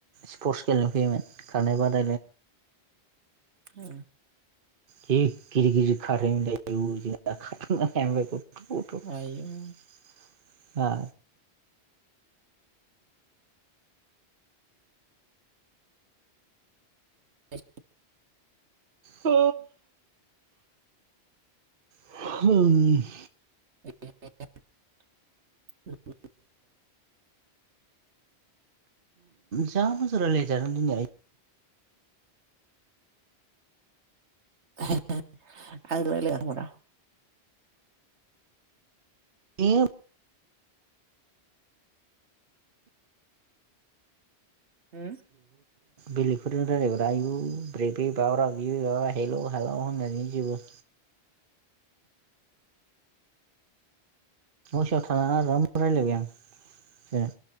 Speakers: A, on the right; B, on the right.
A: स्पर्टस गेलेनो फैयोमोन खारनाय बादाय
B: औ
A: जि गिदिर गिदिर खारें मोनलाय <unintelligible>
B: आयौ
A: हा
B: ए
A: अ ह
B: ए
A: जा मोजां रायलायजादों दिनै
B: <unintelligible>
A: ए
B: ह
A: बेलेगफोरजों रायलायबाय आयु ब्रेबे ब्रा ब्रा हेल' हालाव होननानै जोबो न' सिंयाव थानानै आराम रायज्लायबाय आं